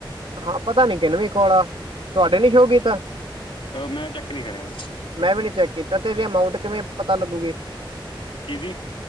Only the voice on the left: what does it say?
ਅ ਮੈਂ ਚੈੱਕ ਨੀ ਕਰਿਆ।
ਕਿਦੀ?